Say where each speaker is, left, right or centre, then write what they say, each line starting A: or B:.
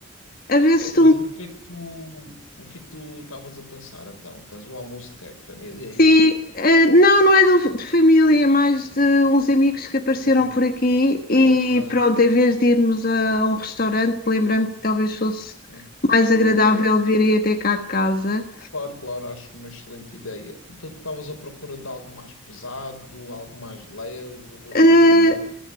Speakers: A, on the left; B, on the left.
A: a ver se
B: Mas
A: tu me
B: o que é que tu, o que é que tu estavas a pensar então? Tens um almoço de quê? De família, é
A: Sim,
B: isso?
A: eh, não, não é do- de família, é mais de uns amigos que apareceram
B: Família.
A: por aqui e
B: Ok,
A: pronto, em vez de irmos a um restaurante, lembrei-me que talvez fosse
B: ok,
A: mais agradável
B: ok.
A: virem até cá a casa.
B: Claro, claro, acho uma excelente ideia. Então tu estavas à procura de algo mais pesado, algo mais leve,
A: Eh,
B: intermédio?